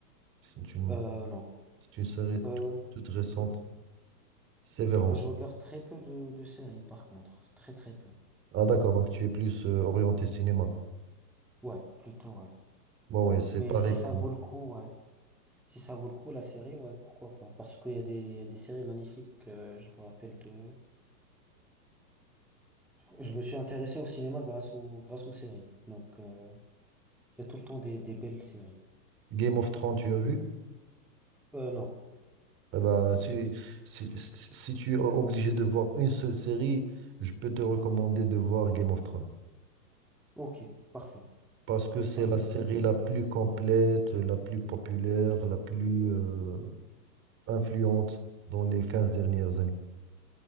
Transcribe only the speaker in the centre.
Euh, non.
Euh,
ouais.
Euh, Je regarde très peu de, de séries, par contre. Très, très peu.
Ouais, plutôt, ouais.
Mais
si ça
vaut
le coup, ouais. Si ça vaut le coup, la série, ouais, pourquoi pas. Parce qu'il y a des, il y a des séries magnifiques, euh, je me rappelle de... Je me suis intéressé au cinéma grâce aux, grâce aux séries. Donc, euh, il y a tout le temps des, des belles séries.
Euh, non.
Ok, parfait.
Parfait.